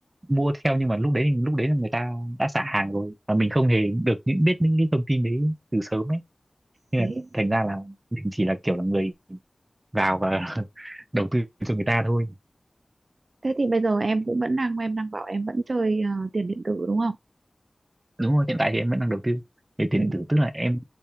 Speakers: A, on the right; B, on the right.
A: mua theo nhưng mà lúc đấy lúc đấy là người ta đã xả hàng rồi và mình không hề được những biết những cái thông tin đấy từ sớm ấy nên
B: thế
A: là thành ra là mình chỉ là kiểu là người vào và <laughs> đầu tư cho người ta thôi
B: Thế thì bây giờ em cũng vẫn đang em đang bảo em vẫn chơi ờ, tiền điện tử đúng không?
A: đúng rồi hiện tại thì em vẫn đang đầu tư về tiền
B: Ừ,
A: điện tử tức là em